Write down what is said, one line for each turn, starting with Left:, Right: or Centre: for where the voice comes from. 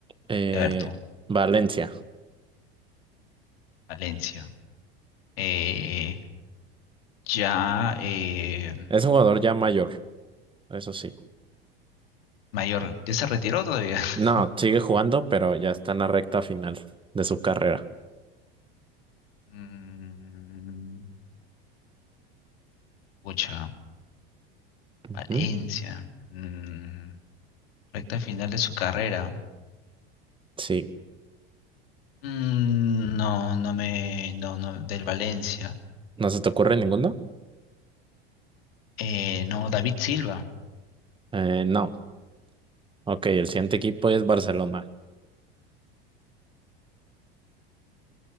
Right: Eh,
Left: A ver tú,
Right: Valencia.
Left: Valencia. Eh, ya eh,
Right: Es un jugador ya mayor, eso sí.
Left: mayor. ¿Ya se retiró todavía?
Right: No,
Left: <laughs>
Right: sigue jugando, pero ya está en la recta final de su carrera.
Left: Mm, pucha,
Right: Ujú.
Left: Valencia. Mm, recta final de su carrera.
Right: Sí.
Left: Mm, no, no me. No, no, del Valencia.
Right: ¿No se te ocurre ninguno?
Left: Eh, no, David Silva.
Right: Eh, no. Ok, el siguiente equipo es Barcelona.